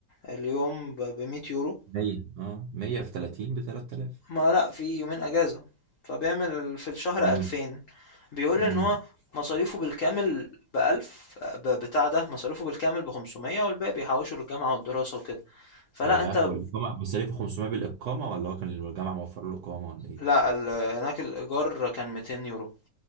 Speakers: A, on the left; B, on the right.
A: اليوم ب 100 يورو
B: 100 اه 100 في 30 ب 3000
A: ما لا في يومين اجازة فبيعمل في الشهر
B: امم
A: 2000 بيقول لي
B: امم
A: ان هو مصاريفه بالكامل بألف ب- بتاع ده مصاريفه بالكامل بخمسمية والباقي بيحوشه للجامعة والدراسة وكده فلا
B: ياه
A: انت
B: هو الاقامه مصاريفه 500 بالاقامه ولا هو كان الجامعه موفر له اقامه ولا ايه؟
A: لا ال- هناك الإيجار كان 200 يورو